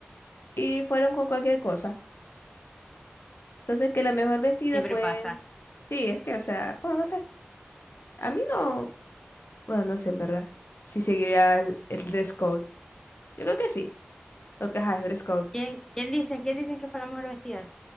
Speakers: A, on the left; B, on the left.
A: y fueron con cualquier cosa. Entonces que la mejor vestida
B: siempre
A: fue...
B: pasa.
A: Sí, es que, o sea, bueno, no sé. A mí no... Bueno, no sé en verdad. Si seguiría el, el dress code. Yo creo que sí. Porque, ajá, es dress code.
B: ¿Quién, quién dicen, quién dicen que fue la mejor vestida?